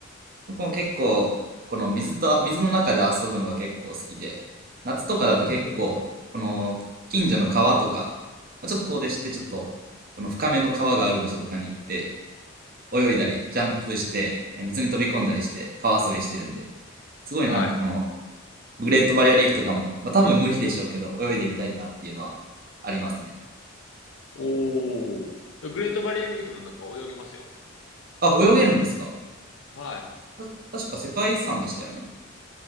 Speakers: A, on the right; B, on the left.
A: 僕も結構、この水と、水の中で遊ぶのが結構好きで、夏とかだと結構、
B: うんうんうん。
A: この近所の川とか、まあ、ちょっと遠出して、ちょっと、この深めの川がある場所とかに行って、泳いだり、ジャンプして、え水に飛び込んだりして、川遊びしてるんで、すごいなんかこの、
B: はい。
A: グレートバリアリーフとかも、まあ多分無理でしょうけど、泳いでみたいなっていうのはありますね。
B: おー。グレートバリアリーフの中泳げますよ。
A: あ、泳げるんですか
B: はい。
A: た確か世界遺産でしたよね。